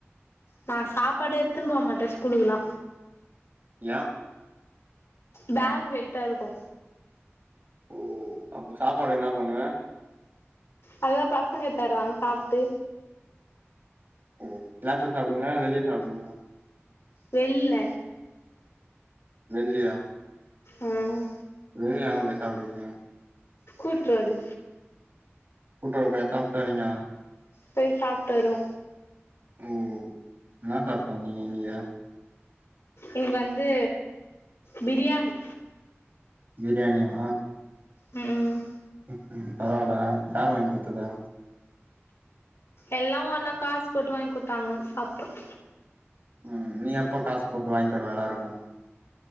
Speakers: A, on the left; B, on the right.
A: நா சாப்பாடே எத்துன் போமாட்டே ஸ்கூலுக்குலா
B: யா
A: பேக் வெயிட்டாருக்கு
B: ஓ அப்ப சாப்பாடு என்னா பண்ணுவ
A: அதலா பசங்க தராங்க சாப்ட்டு
B: ஒ க்ளாஸ்ல சாப்புடுவீங்களா வெளிய சாப்புடுவீங்களா
A: வெள்ல
B: வெள்லயா
A: ம்
B: வெளிய எங்க போய் சாப்புடுவீங்க
A: கூட்ரோடு
B: கூட்ரோடா போய் சாப்ட்டு வரீங்க
A: பேய் சாப்ட்டு வருவோ
B: ஓ என்னா சாப்ட்டு வந்தீங்க இன்னகி
A: இன்க்கி வந்து பிரியாணி
B: பிரியாணியா
A: ம்
B: ம் ம் பரவால யார் வாங்கி குத்தது
A: எல்லா ஒன்னா காஸ் போட்டு வாங்கி குத்தாங்கோ சாப்ட்டோம்
B: ம் நீ எப்போ காஸ் போட்டு வாங்கி தருவ எல்லாருக்கும்